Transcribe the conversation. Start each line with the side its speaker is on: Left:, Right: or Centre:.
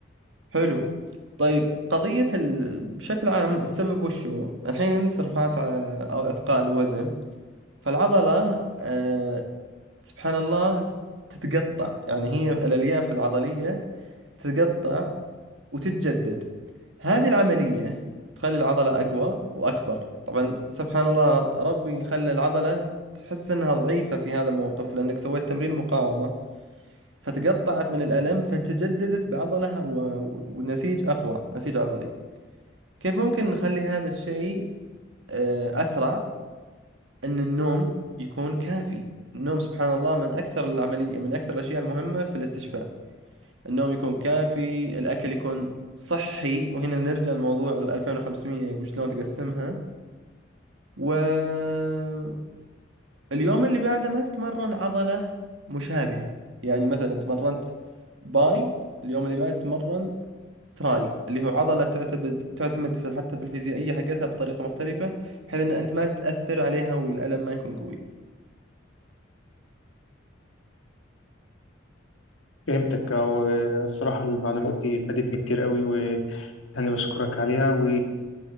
Right: حلو طيب قضية ال... بشكل عام السبب وشو الحين أنت رفعت ع- أو أثقال وزن فالعضلة آه سبحان الله تتقطع يعني هي الألياف العضلية تتقطع وتتجدد هذه العملية تخلي العضلة أقوى وأكبر طبعا سبحان الله ربي خلى العضلة تحس أنها ضعيفة في هذا الموقف لأنك سويت تمرين مقاومة فتقطعت من الألم فتجددت بعضلة و- ونسيج أقوى نسيج عضلي كيف ممكن نخلي هذا الشيء آه، أسرع أن النوم يكون كافي النوم سبحان الله من أكثر العملية من أكثر الأشياء المهمة في الاستشفاء النوم يكون كافي الأكل يكون صحي وهنا نرجع لموضوع ال 2500 وشلون تقسمها واليوم اللي بعده ما تتمرن عضلة مشابهة يعني مثلا تمرنت باي اليوم اللي بعده تتمرن تراي اللي هو عضلة تعتمد تعتمد في حتى في الفيزيائية حقتها بطريقة مختلفة بحيث ان انت ما تتأثر عليها والألم ما يكون قوي
Left: فهمتك آه، والصراحه المعلومات دي فادتني كتير قوي و انا بشكرك عليها و